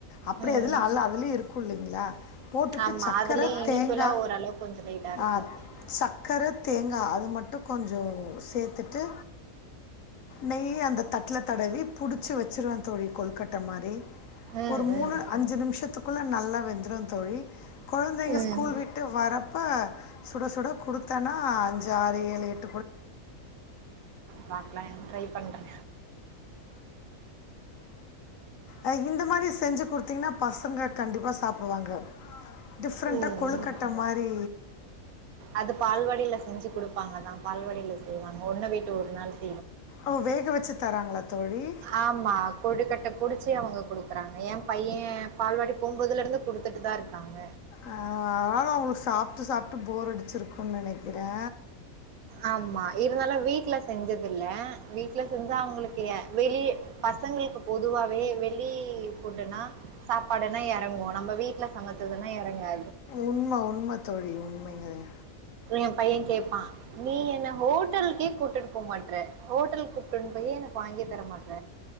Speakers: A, on the left; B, on the right.
A: அப்டி
B: ம்
A: எதுல அல்ல அதுலயே இருக்கு புல்லுங்ளா போட்டுட்டு
B: ஆமா
A: சக்கர
B: அதுலயே இனிப்புலா
A: தேங்கா
B: ஓரளவு கொஞ்ச லைட்டா இருக்கு
A: ஆஹ் சக்கர தேங்கா அது மட்டு கொஞ்சொ சேத் தட்டு நெய் அந்த தட்டுல தடவி புடிச்சு வச்சுருவே தோழி கொலுக்கட்ட மாறி
B: ம்
A: ஒரு மூணு அஞ்சு நிமிஷத்துக்குள்ள நல்லா வெந்துரு தோழி கொழந்தைங்க
B: ம்
A: ஸ்கூல்
B: ம்
A: விட்டு வரப்ப சுட சுட குடுத்தன்னா அஞ்சு ஆறு ஏழு எட்
B: பாக்லா எ ட்ரை பண்றே
A: ஆஹ் இந்த மாறி செஞ்சு குடுத்தீங்கன்னா பசங்க கண்டிப்பா சாப்டுவாங்க டிஃப்ரண்டா
B: ம்
A: கொழுக்கட்ட
B: ம்
A: மாறி
B: அது பால்வாடில செஞ்சு குடுப்பாங்க தா பால்வடில செய்வாங்க ஒன்ன விட்டு ஒரு நாள் செ
A: ஓ வேக வச்சு தராங்களா தோழி
B: ஆமா கொழுக்கட்ட புடிச்சே அவுங் கொடுக்குறாங்க எம் பையே பால்வாடி போகும்போதுல இருந்து கொடுத்துட்டு தா இருக்காங்க
A: ஆஹ் ஆமா அவங்க சாப்ட்டு சாப்ட்டு போர் அடிச்சிருக்குன் நெனைக்கிறே
B: ஆமா இருந்தாலு வீட்ல செஞ்சதில்ல வீட்ல செஞ்சா அவங்களுக்கு ஏ வெளிய பசங்களுக்கு பொதுவாவே வெளி ஃபுட்டுன்னா சாப்பாடுன்னா எறங்கு நம்ம வீட்ல சமச்சதுன்னா எறங்கா
A: உண்ம உண்ம தோழி உண்மை அது
B: எம்பைய கேப்பா நீ என்ன ஹோட்டல்க்கே கூட்டுட்டு போ மாட்ற ஹோட்டல் கூப்டுட் போயி எனக்கு வாங்கி தர மாட்ற